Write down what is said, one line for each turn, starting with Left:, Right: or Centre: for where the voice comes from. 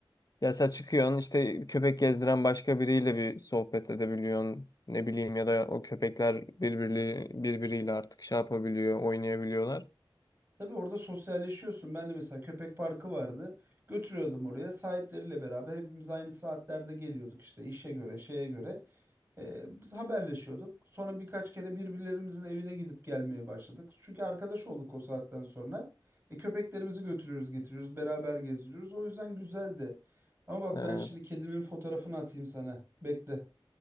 Left: yasa çıkıyorsun işte köpek gezdiren başka biriyle bir sohbet edebiliyorsun. Ne bileyim ya da o köpekler birbiri, birbiriyle artık şey yapabiliyor, oynayabiliyorlar.
Right: Tabii orada sosyalleşiyorsun. Ben de mesela köpek parkı vardı. Götürüyordum oraya. Sahipleriyle beraber hepimiz aynı saatlerde geliyorduk işte işe göre, şeye göre. Ee, biz haberleşiyorduk. Sonra birkaç kere birbirlerimizin evine gidip gelmeye başladık. Çünkü arkadaş olduk o saatten sonra. E, köpeklerimizi götürüyoruz, getiriyoruz, beraber gezdiriyoruz. O yüzden güzeldi. Ama bak
Left: Evet.
Right: ben şimdi kedimin fotoğrafını atayım sana. Bekle.